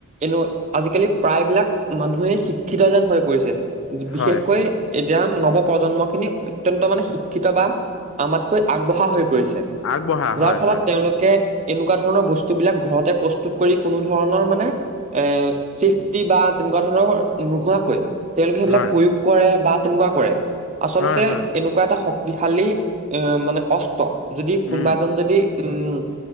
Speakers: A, on the right; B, on the left.
A: এনেও আজিকালি প্ৰায়বিলাক মানুহে শিক্ষিত যেন হৈ পৰিছে।
B: হয়,
A: বিশেষকৈ এতিয়া নৱপ্ৰজন্ম খিনি অত্যন্ত মানে শিক্ষিত বা আমাতকৈ আগবঢ়া হৈ পৰিছে।
B: আগবঢ়া
A: যাৰ
B: হয়,
A: ফলত
B: হয়,
A: তেওঁলোকে এনেকুৱা ধৰণৰ বস্তুবিলাক ঘৰতে প্ৰস্তুত কৰি কোনো ধৰণৰ মানে এ' চেফটি বা তেনেকুৱা ধৰণৰ নোহোৱাকৈ তেওঁলোকে সেইবিলাক
B: হয়,
A: প্ৰয়োগ কৰে বা তেনেকুৱা কৰে আচলতে
B: হয়,
A: এনে
B: হয়,
A: এনেকোৱা এটা শক্তিশালী এ' মানে অস্ত্ৰ যদি কোনোবা
B: উম,
A: এজন যদি উম,